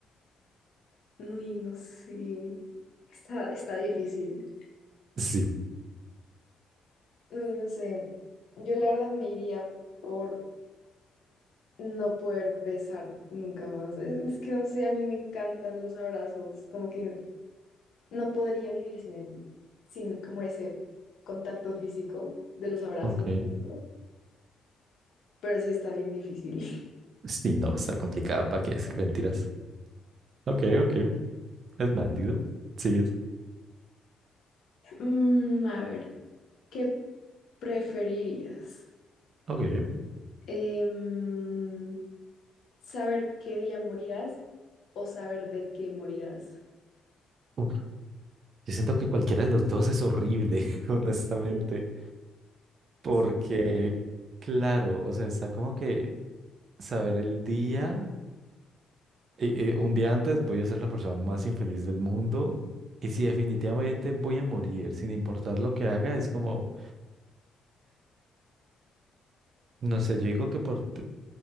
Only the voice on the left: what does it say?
<clears throat> Uy, no sé. Está, está difícil.
Uy, no sé. Yo la verdad me iría por no poder besar nunca más. Es, es que no sé, a mí me encantan los abrazos. Como que no podría vivir sin, él, sin como ese contacto físico de los abrazos,
¿no? Pero sí está bien difícil. <laughs>
Mm, a ver, ¿qué preferirías?
Em, ¿saber qué día morirás o saber de qué morirás?
Sí,
sí, creo.